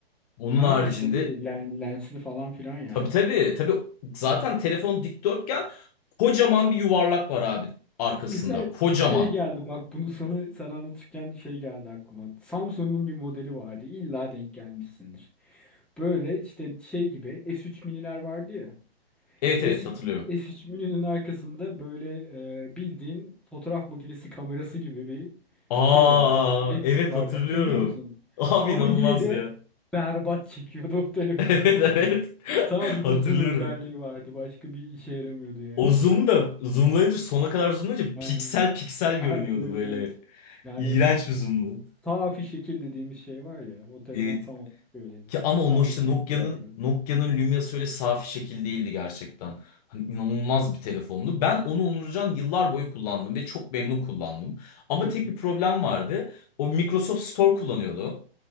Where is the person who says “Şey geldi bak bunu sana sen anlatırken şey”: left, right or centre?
Centre